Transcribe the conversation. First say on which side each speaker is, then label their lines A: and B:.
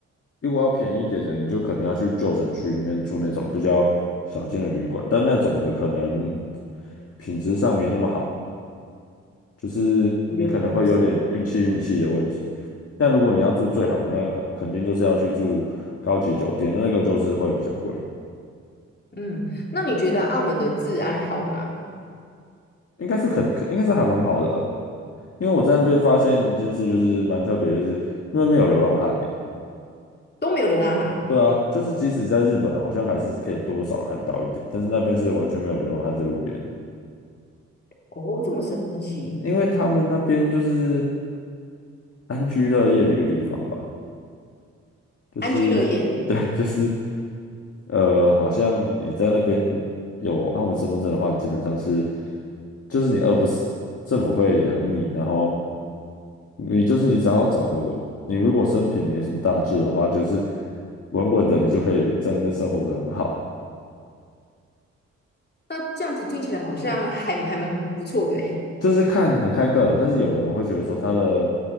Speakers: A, on the left; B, on the left.
A: 如果要便宜一点的，你就可能要去旧城区里面住那种比较小间的旅馆，但那种的可能品质上没那么好。就是你可能会有点运气运气的问题。
B: 我原来如此。
A: 但如果你要住最好的，那肯肯定就是要去住高级酒店，那个就是会比较贵，
B: 嗯，那你觉得澳门的治安好吗？
A: 应该是肯应该是还蛮好的啦。因为我在那边发现一件事，就是蛮特别，就是那边没有流浪汉呢、
B: 都没有流浪汉？
A: 对啊，就是即使在日本，好像还是可以多少看到一点，但是那边是完全没有流浪汉在路边的，
B: 哦，这么神奇。
A: 因为他们那边就是
B: 嗯，
A: 安居乐业的一个地方吧。就是对，
B: 安居乐业。
A: <laughs> 就是呃，好像你在那边有澳门身份证的话，基本上是就是你饿不死，政府会养你，然后你就是你只要找个我，你如果身平没什么大志的话，就是稳稳的，你就可以在那边生活的很好。
B: 那这样子听起来好像还还蛮不错的诶
A: 就是看很看个人，但是有的人会觉得说他的